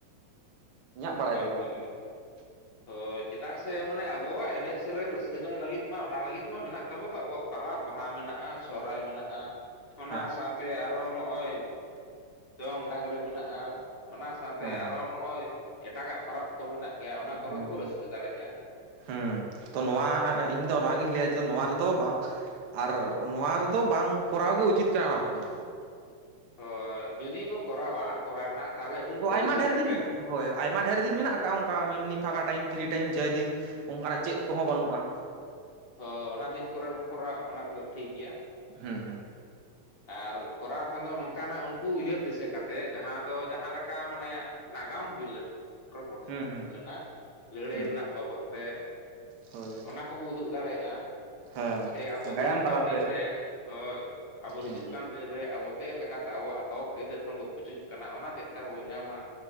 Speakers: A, on the right (about 55°); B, on the left (about 30°).
A: ᱤᱧᱟᱹᱜ ᱵᱟᱲᱟᱭ ᱛᱮᱫᱚ
B: <inaudible>
A: <inaudible>
B: ᱦᱳᱭ ᱪᱮᱫᱟᱜ ᱥᱮ ᱢᱟᱱᱮ ᱟᱵᱚᱣᱟᱜ ᱮᱱᱮᱡ ᱥᱮᱨᱮᱧ ᱨᱟᱹᱥᱠᱟᱹ ᱡᱚᱝ ᱞᱟᱹᱜᱤᱫ ᱢᱟ ᱚᱱᱟ ᱞᱟᱹᱜᱤᱫ ᱢᱟ ᱢᱮᱱᱟᱜ ᱛᱟᱵᱚ ᱫᱚ ᱟᱵᱚᱣᱟᱜ ᱯᱟᱨᱟᱽ ᱵᱟᱦᱟ ᱢᱮᱱᱟᱜᱼᱟ, ᱥᱚᱦᱨᱟᱭ ᱢᱮᱱᱟᱜᱼᱟ᱾ ᱚᱱᱟ
A: ᱦᱮᱸ
B: ᱥᱟᱶᱛᱮ ᱟᱨᱚ ᱱᱚᱜᱼᱚᱭ ᱫᱚᱝ ᱞᱟᱜᱽᱲᱮ ᱢᱮᱱᱟᱜᱼᱟ ᱾ ᱚᱱᱟ ᱥᱟᱶᱛᱮ
A: ᱦᱮᱸ
B: ᱟᱨᱚ ᱱᱚᱜᱼᱚᱭ, ᱮᱴᱟᱜᱟᱜ ᱯᱟᱨᱚᱵᱽ ᱠᱚ ᱢᱮᱱᱟᱜ ᱜᱮᱭᱟ ᱚᱱᱟ ᱠᱚᱨᱮ
A: ᱦᱩᱸ
B: ᱦᱚᱸ ᱠᱚ ᱨᱟᱹᱥᱠᱟᱹ ᱫᱟᱲᱮᱭᱟᱜᱼᱟ᱾
A: ᱦᱩᱸ ᱛᱚ ᱱᱚᱣᱟ ᱤᱧᱫᱚ ᱱᱚᱣᱟᱜᱤᱧ ᱞᱟᱹᱭᱟ ᱡᱮ ᱱᱚᱣᱟ ᱨᱮᱫᱚ ᱵᱟᱝ ᱟᱨ ᱱᱚᱣᱟ ᱨᱮᱫᱚ ᱵᱟᱝ ᱠᱚᱨᱟᱣ ᱜᱮ ᱩᱪᱤᱛ ᱠᱟᱱᱟ ᱚᱱᱟ ᱠᱚᱫᱚ᱾
B: ᱦᱳᱭ ᱡᱩᱫᱤ ᱵᱚ ᱠᱚᱨᱟᱣᱟ ᱠᱚᱨᱟᱣ ᱨᱮᱱᱟᱜ ᱛᱟᱦᱚᱞᱮ ᱩᱱᱠᱩ
A: ᱛᱚ ᱟᱭᱢᱟ
B: ᱫᱤᱥᱟᱹ
A: ᱰᱷᱮᱨ
B: ᱠᱟᱛᱮᱫ
A: ᱫᱤᱱ ᱦᱳᱭ ᱟᱭᱢᱟ ᱰᱷᱮᱨ ᱫᱤᱱ ᱢᱮᱱᱟᱜ ᱟᱠᱟᱫ ᱚᱱᱠᱟ ᱮᱢᱱᱤ ᱯᱷᱟᱸᱠᱟ ᱴᱟᱭᱤᱢ ᱯᱷᱤᱨᱤ ᱴᱟᱭᱤᱢ ᱡᱮ ᱫᱤᱱ ᱚᱱᱠᱟᱱᱟᱜ ᱪᱮᱫ ᱠᱚᱦᱚᱸ ᱵᱟᱹᱱᱩᱜᱼᱟ?
B: ᱦᱳ ᱚᱱᱟ ᱫᱤᱱ ᱠᱚᱨᱮ ᱵᱚᱱ ᱠᱚᱨᱟᱣ ᱚᱱᱟ ᱠᱚᱫᱚ ᱴᱷᱤᱠ ᱜᱮᱭᱟ᱾
A: ᱦᱩᱸ ᱦᱩᱸ
B: ᱟᱨ ᱠᱚᱨᱟᱣ ᱠᱷᱟᱱ ᱫᱚ ᱱᱚᱝᱠᱟᱱᱟᱜ ᱩᱱᱠᱩ ᱩᱭᱦᱟᱹᱨ ᱫᱤᱥᱟᱹ ᱠᱟᱛᱮ ᱡᱟᱦᱟᱸ ᱫᱚ ᱡᱟᱦᱟᱸ ᱞᱮᱠᱟ ᱢᱟᱱᱮ ᱱᱟᱜᱟᱢ ᱦᱩᱭ ᱞᱮᱱᱟ ᱜᱷᱚᱴ
A: ᱦᱩᱸ
B: <inaudible>
A: ᱦᱩᱸ
B: ᱦᱩᱭ ᱞᱮᱱᱟ ᱞᱟᱹᱲᱦᱟᱹᱭ
A: ᱦᱩᱸ
B: ᱨᱮᱱᱟᱜ ᱵᱟᱵᱚᱫ ᱛᱮ᱾
A: ᱦᱳᱭ
B: ᱚᱱᱟ ᱠᱚᱵᱚ ᱩᱫᱩᱜ ᱫᱟᱲᱮᱭᱟᱜᱼᱟ᱾
A: ᱦᱮᱸ
B: ᱥᱮ ᱟᱵᱚ
A: ᱜᱟᱭᱟᱱ
B: ᱦᱤᱡᱩᱜ
A: ᱛᱟᱞᱟᱛᱮ
B: ᱠᱟᱱ ᱫᱤᱱ ᱨᱮ ᱦᱳᱭ ᱟᱵᱚ
A: ᱦᱩᱸ
B: ᱦᱤᱡᱩᱜ ᱠᱟᱱ ᱫᱤᱱ ᱨᱮ ᱟᱵᱚ ᱪᱮᱫ ᱞᱮᱠᱟᱛᱮ ᱟᱵᱚᱣᱟᱜ ᱦᱚᱠ ᱟᱹᱭᱫᱟᱹᱨ ᱠᱷᱚᱱ ᱵᱚ ᱯᱩᱪᱩᱡ ᱠᱟᱱᱟ ᱚᱱᱟ ᱪᱮᱫ ᱞᱮᱠᱟ ᱨᱮᱵᱚᱱ ᱧᱟᱢᱟ?